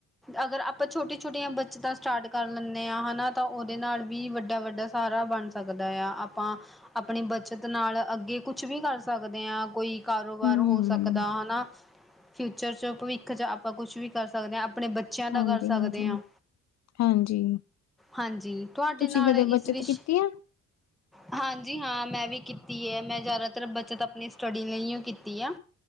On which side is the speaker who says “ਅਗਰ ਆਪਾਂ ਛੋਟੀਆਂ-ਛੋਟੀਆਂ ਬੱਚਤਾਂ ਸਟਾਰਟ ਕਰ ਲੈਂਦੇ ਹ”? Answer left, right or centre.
Centre